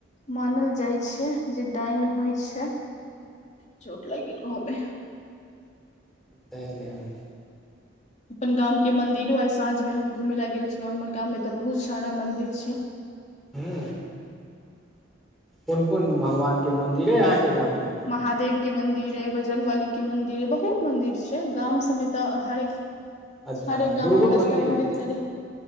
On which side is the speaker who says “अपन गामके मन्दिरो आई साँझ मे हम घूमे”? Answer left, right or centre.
Left